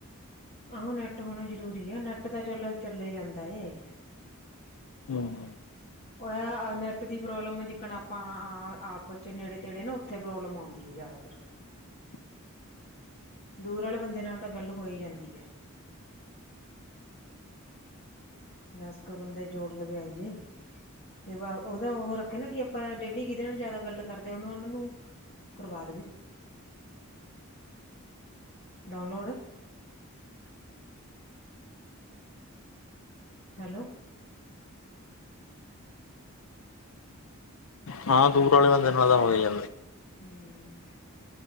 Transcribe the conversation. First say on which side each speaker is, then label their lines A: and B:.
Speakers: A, on the left; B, on the left.
A: ਆਹੋ ਨੈੱਟ ਹੋਣਾ ਜਰੂਰੀ ਆ ਨੈੱਟ ਤਾਂ ਚੱਲੋ ਚੱਲਿਆ ਜਾਂਦਾ ਏ
B: ਹੂ ਹੂ
A: ਉਹ ਇਹ ਨੈੱਟ ਦੀ ਪ੍ਰੋਬਲਮ ਜੀਕਣ ਆਪਾਂ ਆਪਸ 'ਚ ਨੇੜੇ ਤੇੜੇ ਨਾ। ਉੱਥੇ ਪ੍ਰੋਬਲਮ ਆਉਂਦੀ ਹੈ ਜ਼ਿਆਦਾਤਰ।
B: ਹੂੰ।
A: ਦੂਰ ਵਾਲੇ ਬੰਦੇ ਨਾਲ ਤਾਂ ਗੱਲ ਹੋ ਹੀ ਜਾਂਦੀ ਆ। ਦਸ ਕੁ ਬੰਦੇ ਜੋੜ ਲਵੇ ਆਏ ਜੀ ਤੇ। ਓਦਾ ਉਹ ਰੱਖਿਆ ਨਾ ਕਿ ਆਪਾਂ ਡੇਲੀ ਜੀਦੇ ਨਾਲ ਜ਼ਿਆਦਾ ਗੱਲ ਕਰਦੇ ਉਹਨੂੰ ਓਨਾਂ ਨੂੰ ਕਰਵਾ ਦੇਵੇ।
B: <unintelligible>
A: ਡਾਊਨਲੋਡ। ਹੈਲੋ।
B: ਹਾਂ, ਦੂਰ ਆਲੇ ਬੰਦੇ ਨਾਲ ਤਾਂ ਹੋ ਈ ਜਾਂਦੀ।
A: ਹੂੰ,